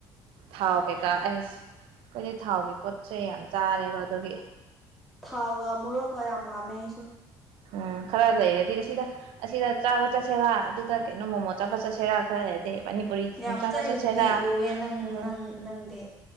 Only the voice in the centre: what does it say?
ꯊꯥꯎꯒ ꯃꯣꯔꯣꯛꯀ ꯌꯥꯝ ꯄꯥꯝꯃꯦ ꯑꯩꯁꯨ
ꯌꯥꯝ
ꯆꯠꯂꯤꯗꯨꯗꯤ
ꯎꯋꯦ ꯅꯪ
ꯅꯪ ꯅꯪꯗꯤ